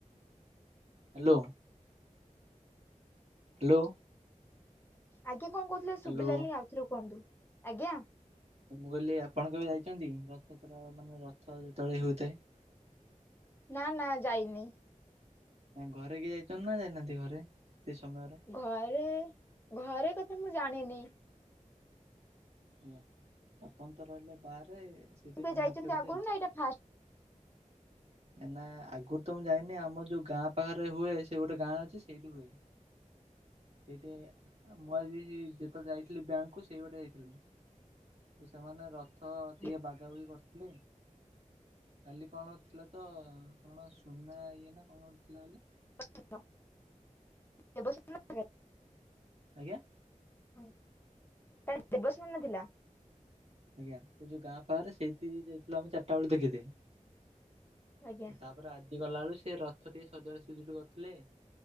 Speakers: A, on the right; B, on the left.
A: Hello. Hello.
B: ଆଜ୍ଞା କଣ କହୁଥିଲେ
A: ହ୍ୟାଲୋ।
B: ଶୁଭିଲାାନି ଆଉଥରେ କୁହନ୍ତୁ ଆଜ୍ଞା।
A: ତ ମୁଁ କହିଲି ଆପଣ କେବେ ଯାଇଛନ୍ତିକି ରଥ ଯାତ୍ର ମାନେ ରଥ ଯେତେବେଳେ ହେଉଥାଏ?
B: ନା ନା ଯାଇନି।
A: ଘରେ କି ଯାଇଛନ୍ତି ନା ଯାଇନାହାନ୍ତି ଘରେ ସେ ସମୟରେ।
B: ଘରେ ଘରେ କଥା ମୁଁ ଜାଣିନି।
A: ଉ ଆପଣ ତ ରହିଲେ ବାହାରେ। ସେଇଥିପାଇଁ
B: କେବେ
A: ଜାଣିନଥିବେ
B: ଯାଇଛନ୍ତି
A: ବୋଧେ
B: ଆଗରୁ ନା ଏଇଟା ଫାଷ୍ଟ?
A: ନା ଆଗରୁ ତ ମୁଁ ଯାଇନି ଆମ ଯୋଉ ଗାଁ ପାଖରେ ହୁଏ ସେ ଗୋଟେ ଗାଁ ଅଛି ସେଇଠି ହୁଏ। ସେଇଟା ମୁଁ ଆଜି ଯେତେବେଳେ ଯାଇଥିଲି ବ୍ୟାଙ୍କକୁୁ ସେଇ ବାଟେ ଯାଇଥିଲୁ। ତ ସେମାନେ ରଥ
B: ଫାଷ୍ଟ
A: ଟିକେ ବାଗାବାଗି କରିଥିଲେ। କାଲି କଣ ଥିଲା ତ କଣ ସୁନା ଇଏ ନା କଣ ଗୋଟେ ଥିଲା କାଲି।
B: <unintelligible>
A: ଆଜ୍ଞା।
B: ହଁ ଏ ଦେବସ୍ନାନ ଥିଲା।
A: ଆଜ୍ଞା ସେ ଯୋଉ ଗାଁ ପାହାରେ ସେଇଠି ଯାଇଥିଲୁ ଆମେ ଚାରିଟା ବେଳେ ଦେଖିତେ।
B: ଆଜ୍ଞା
A: ତାପରେ ଆଜି ଗଲାବେଳୁ ସେ ରଥ ଟିକେ ସଜାଡ଼ା ସଯୁଡ଼ି କରୁଥିଲେ।